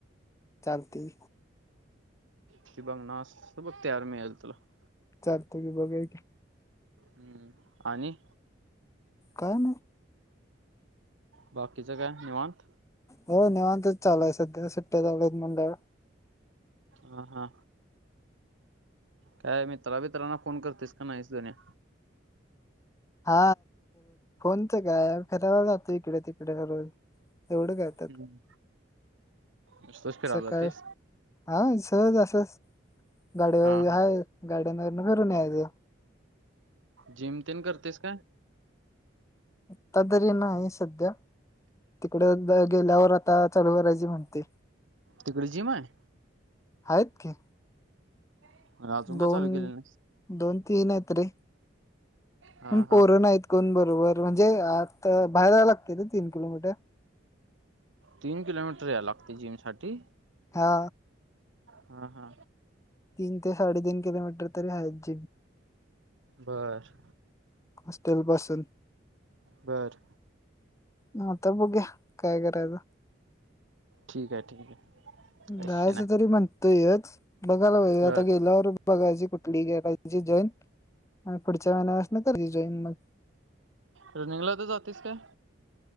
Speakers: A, on the left (about 15°); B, on the right (about 80°).
A: चालतय.
B: <inaudible>
A: चालतंय की बघूया की
B: हम्म आणि
A: काय नाही
B: बाकी सगळ निवांत
A: हो निेवांतच चालूय सध्या सुट्टया चालू हाइत म्हणल्यावर
B: हा हा काय मित्रा बीत्रांना फोन करतयस का नाहीस धन्या
A: हा फोनच काय फिरायला जातोय इकड तिकड रोज एवढे काय‌
B: हम्म नुसतंच फिरायला
A: सकाळी
B: जातेस
A: हा सहज असच गार्डन
B: हा
A: पण
B: हा
A: हाय गार्डन वरन फिरून यायचं.
B: जिम तेन करतेस काय
A: आता तरी नाही सध्या तिकडे गेल्यावर आता चालू करायची म्हणतय.
B: तिकड जिम हाय
A: आहेत की
B: अं, अजून
A: दोन
B: का चालू केलेली नाहीस
A: दोन तीन आहेत रे
B: हा
A: पण
B: हा
A: पोर नाहीत कोण बरोबर म्हणजे आत बाहेर जायला लागतंय रे तीन किलोमीटर
B: तीन किलोमीटर यायला लागतय जिम साठी
A: हा
B: हा हा
A: तीन ते साडेतीन किलोमीटर तरी आहेत.
B: बर
A: हॉस्टेल पासून
B: बरं
A: मग आता बघूया काय करायचं.
B: ठीक आहे ठीक आहे. कसे
A: जायच
B: नाही
A: तरी म्हणतोयच बघायला पाहिजे आता
B: बर
A: गेल्यावर बघायची कुठली केलाईस जॉइन हा पुढच्या महिन्या पसन करील जॉईन मग
B: रनिंगला तर जातईस काय